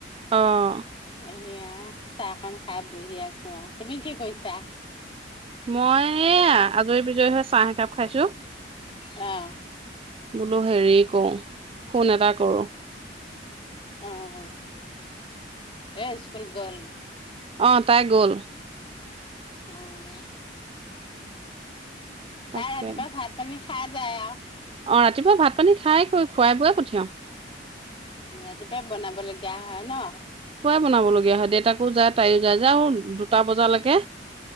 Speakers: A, on the right; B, on the left.
A: অ'।
B: এইয়া চাহকন খাই বহি আছোঁ, তুমি কি কৰিছা?
A: মই আজৰি বিজৰি হৈ চাহ একাপ খাইছোঁ।
B: অ'।
A: বোলো হেৰি কও, ফোন এটা কৰোঁ।
B: অ', এ স্কুল গ'ল।
A: অহ, তাই গ'ল।
B: অ'।
A: তাকে
B: তাৰ আগতে ভাত-পানী খাই যায় আও
A: অ', ৰাতিপুৱা ভাত পানী খাই কৈ খুৱাই বোৱাই পঠিয়াও।
B: উম, ৰাতিপুৱাই বনাবলগীয়া হয় ন?
A: <unintelligible> বনাবলগীয়া হয় দেউতাকো যায় তাইও যায় যে আৰু দুটা বজালৈকে